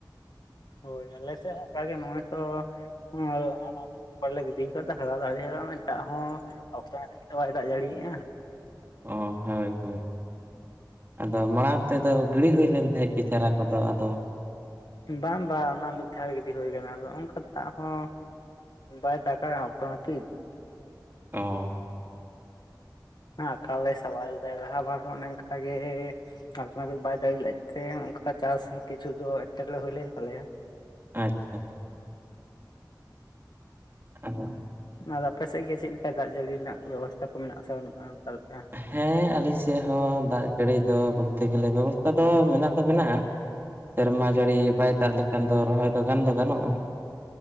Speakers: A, on the left (about 65°); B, on the right (about 30°).
A: ᱦᱳᱭ ᱟᱞᱮ ᱥᱮᱫ ᱦᱚᱸ ᱚᱱᱠᱟᱜᱮ ᱱᱚᱜᱼᱚᱭ ᱛᱚ ᱟᱭ ᱟᱯᱷᱚᱨ ᱞᱮ ᱜᱤᱰᱤ ᱟᱠᱟᱫᱟ ᱦᱟᱨᱟᱣ ᱫᱚ ᱫᱟᱜ ᱦᱚᱸ ᱚᱠᱛᱚ ᱦᱚᱛ ᱛᱮ ᱵᱟᱭ ᱫᱟᱜ ᱡᱟᱲᱤᱭᱮᱜᱼᱟ
B: ᱚ ᱦᱳᱭ ᱦᱳᱭ ᱟᱫᱚ ᱢᱟᱲᱟᱝ ᱛᱮᱫᱚ ᱜᱤᱲᱤ ᱦᱩᱭ ᱞᱮᱱ ᱛᱟᱦᱮᱸᱫ ᱠᱤᱪᱷᱩ ᱪᱟᱨᱟ ᱠᱚᱫᱚ ᱟᱫᱚ
A: ᱵᱟᱝ ᱵᱟᱝ ᱚᱱᱟ ᱢᱤᱫ ᱫᱷᱟᱣ ᱨᱮ ᱜᱤᱰᱤ ᱦᱩᱭ ᱟᱠᱟᱱᱟ ᱟᱫᱚ ᱚᱱᱠᱟ ᱫᱟᱜ ᱦᱚᱸ ᱵᱟᱭ ᱫᱟᱠᱟ ᱚᱠᱛᱚ ᱱᱟᱯᱤᱛ
B: ᱚ <inaudible>
A: ᱦᱮ ᱟᱠᱟᱞ ᱮ ᱥᱟᱶᱟᱞ ᱫᱟᱭ ᱞᱟᱦᱟ ᱵᱟᱨ ᱦᱚ ᱚᱱᱮ ᱚᱱᱠᱟ ᱜᱮ ᱚᱠᱛᱚ ᱱᱟᱯᱤᱛ ᱵᱟᱭ ᱡᱟᱹᱲᱤ ᱞᱮᱫ ᱛᱮ ᱚᱱᱠᱟ ᱪᱟᱥ ᱠᱤᱪᱷᱩ ᱫᱚ ᱮᱴᱠᱮᱴᱬᱮ ᱦᱩᱭ ᱞᱮᱱ ᱛᱟᱞᱮᱭᱟ
B: ᱟᱪᱪᱷᱟ ᱟᱪᱪᱷᱟ᱾ ᱟᱫᱚ
A: ᱟᱫᱚ ᱟᱯᱮᱥᱮᱫ ᱜᱮ ᱪᱮᱫ ᱞᱮᱠᱟ ᱫᱟᱜ ᱡᱟᱹᱲᱤ ᱨᱮᱱᱟᱜ ᱵᱮᱵᱚᱥᱛᱷᱟ ᱠᱚ ᱢᱮᱱᱟᱜᱼᱟ ᱥᱮ ᱵᱟᱹᱱᱩᱜᱼᱟ ᱚᱱᱠᱟ ᱞᱮᱠᱟ
B: ᱦᱮᱸ ᱟᱹᱞᱤᱧ ᱥᱮᱫ ᱦᱚᱸ ᱫᱟᱜ ᱡᱟᱹᱲᱤ ᱫᱚ ᱵᱚᱞᱛᱮ ᱜᱮᱞᱮ ᱵᱮᱵᱚᱥᱛᱷᱟ ᱫᱚ ᱢᱮᱱᱟᱜ ᱫᱚ ᱢᱮᱱᱟᱜᱼᱟ ᱥᱮᱨᱢᱟ ᱡᱟᱹᱲᱤ ᱵᱟᱭ ᱫᱟᱜ ᱞᱮᱠᱷᱟᱱ ᱫᱚ ᱨᱚᱦᱚᱭ ᱫᱚ ᱜᱟᱱ ᱫᱚ ᱜᱟᱱᱚᱜᱼᱟ᱾